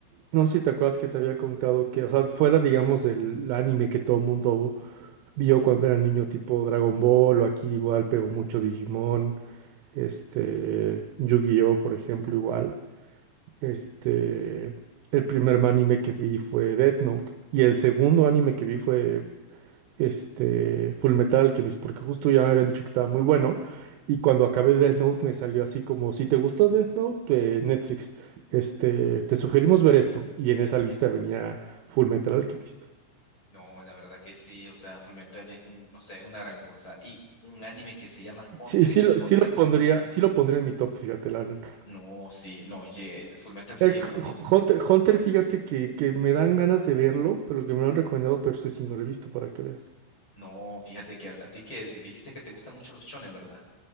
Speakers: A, on the right (about 75°); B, on the left (about 25°).
A: no sé si te acuerdas que te había contado que, o sea, fuera, digamos, del anime que todo mundo vio cuando era niño, tipo Dragon Ball, o aquí igual pegó mucho Digimon, este, Yu-Gi-Oh, por ejemplo, igual. Este, el primer anime que vi fue Death Note y el segundo anime que vi fue este Fullmetal Alchemist, porque justo ya me habían dicho que estaba muy bueno y cuando acabé Death Note me salió así como si te gustó Death Note, eh, Netflix, este, te sugerimos ver esto y en esa lista venía Fullmetal Alchemist.
B: No, la verdad que sí, o sea, Fullmetal es un, no sé, una gran cosa. Y un anime que se llama Hunter
A: Sí, sí,
B: x
A: lo-
B: Hunter,
A: sí lo pondría, sí lo pondría en mi top, fíjate, la neta.
B: no, sí, no, es que el Fullmetal sí
A: Ex
B: es buenísimo.
A: Hunter, Hunter, fíjate que, que me dan ganas de verlo, pero que me lo han recomendado, pero ese sí no lo he visto para que veas.
B: No, fíjate que a, a ti que dijiste que te gustan mucho los shonen, ¿verdad?